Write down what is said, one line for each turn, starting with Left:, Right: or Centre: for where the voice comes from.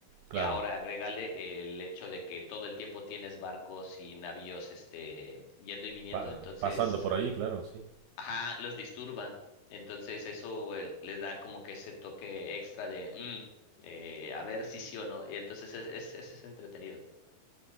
Right: Claro,
Left: Y ahora agrégale el hecho de que todo el tiempo tienes barcos y navíos este yendo y viniendo,
Right: pa-
Left: entonces,
Right: pasando por ahí, claro, sí.
Left: ajá, los disturba. Entonces eso eh, les da como que ese toque extra de, mm, eh, a ver si sí o no. Y entonces es, es, es es entretenido.